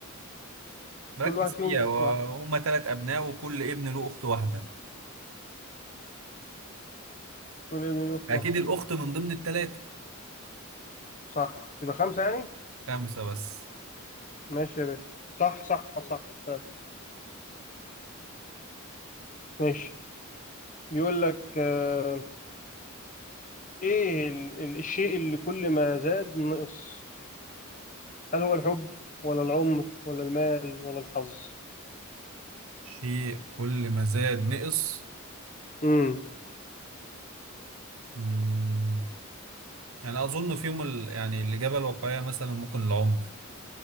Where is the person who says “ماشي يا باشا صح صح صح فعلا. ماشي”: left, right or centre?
Left